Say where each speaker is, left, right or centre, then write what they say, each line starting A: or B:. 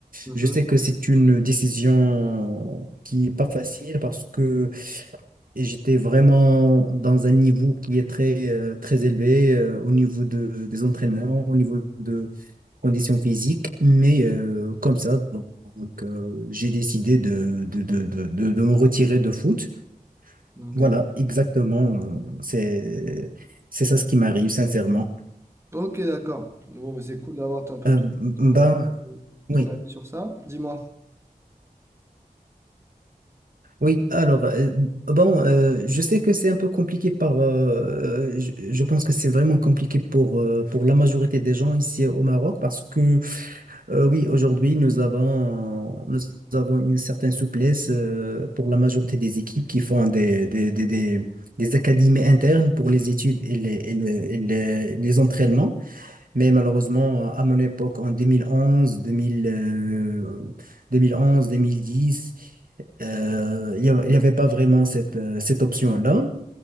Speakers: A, on the right; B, on the right.
A: Mhm.
B: Je sais que c'est une décision qui est pas facile parce que et j'étais vraiment dans un niveau qui est très, euh, très élevé euh, au niveau de, des entraînements, au niveau de conditions physiques. Mais euh, comme ça, donc, euh, j'ai décidé de, de, de, de, de- de me retirer de foot.
A: Ok.
B: Voilà, exactement. euh, C'est, c'est ça ce qui m'arrive, sincèrement.
A: Ok, d'accord. Bon, mais c'est cool d'avoir un peu
B: Euh,
A: ton,
B: ben,
A: ton, avis
B: oui.
A: ton avis sur ça. Dis-moi.
B: Oui, alors, euh, bon, euh, je sais que c'est un peu compliqué par, euh, euh, je, je pense que c'est vraiment compliqué pour, euh, pour la majorité des gens ici au Maroc parce que, euh, oui, aujourd'hui, nous avons, nous avons une certaine souplesse, euh, pour la majorité des équipes qui font des, des, des, des, des académies internes pour les études et les, et les, et les les entraînements. Mais malheureusement, à mon époque, en 2011, 2000, euh, 2011, 2010, euh, il n'y avait il y avait pas vraiment cette, euh, cette option-là.